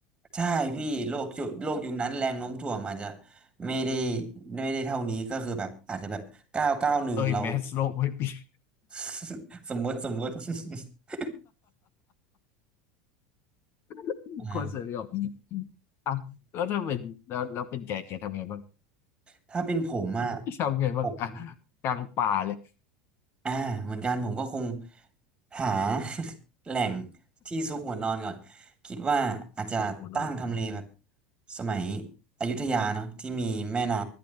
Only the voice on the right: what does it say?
ใช่พี่โลกยุโลกยุคนั้นแรงโน้มถ่วงอาจจะไม่ได้ไม่ได้เท่านี้ก็คือแบบอาจจะแบบเก้าเก้าหนึ่งเรา
<laughs> สมมติสมมติ <laughs>
อ่า
<laughs> ถ้าเป็นผมอ่ะ
ผม
อ่าเหมือนกันผมก็คงหา <laughs> แหล่งที่ซุกหัวนอนก่อนคิดว่าอาจจะตั้งทำเลแบบ
สมัยอยุธยาเนาะที่มีแม่น้